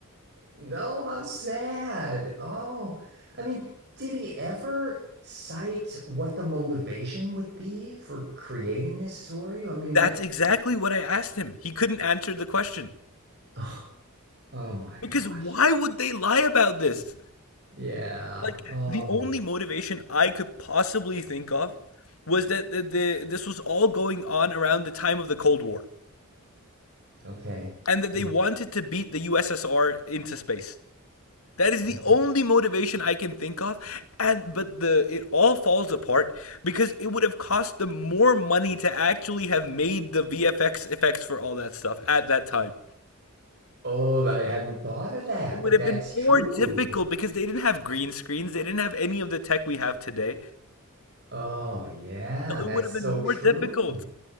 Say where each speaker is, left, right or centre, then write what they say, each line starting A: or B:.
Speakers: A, on the right; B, on the left.
A: No, how sad. Oh, I mean, did he ever cite what the motivation would be for creating this story? I mean,
B: That's
A: what?
B: exactly
A: <laughs>
B: what I asked him. He couldn't answer the question.
A: Oh, oh my gosh.
B: Because why would they lie about this?
A: Yeah.
B: Like
A: Oh,
B: the only motivation I could possibly think of was that the, the this was all going on around the time of the Cold War.
A: okay.
B: and that
A: Yeah.
B: they wanted to beat the USSR into space. That is the
A: Okay.
B: only motivation I can think of, and but the it all falls apart because it would have cost them more money to actually have made the VFX effects for all that stuff at that time.
A: Oh, I hadn't thought of that,
B: It would
A: but
B: have
A: that's
B: been
A: true.
B: more difficult because they didn't have green screens, they didn't have any of the tech we have today.
A: Oh, yeah,
B: So
A: that's
B: it would have
A: so
B: been more
A: true.
B: difficult.